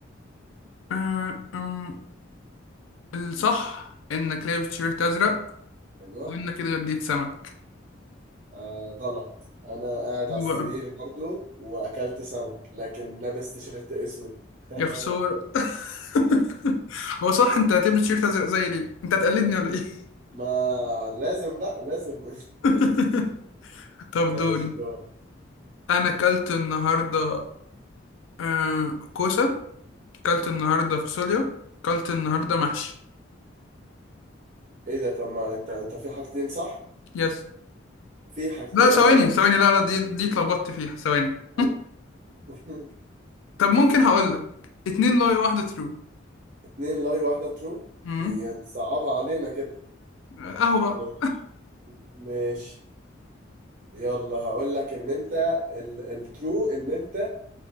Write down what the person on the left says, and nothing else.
أه، أم. الصح انك لابس تيشيرت ازرق
وانك كده غديت سمك
دي
بقى
يا خسارة <laughs> هو صح انت هتلبس تيشيرت ازرق زي ليه انت هتقلدني ولا ايه
<laughs>
طب
دوري
انا اكلت النهارده آه كوسه اكلت النهارده فاصوليا اكلت النهارده محشي
يس
لا ثواني
ثواني لا لا دي دي اتلخبطت فيها ثواني
طب ممكن هقول لك اتنين لاي واحدة ترو
امم
اهو بقى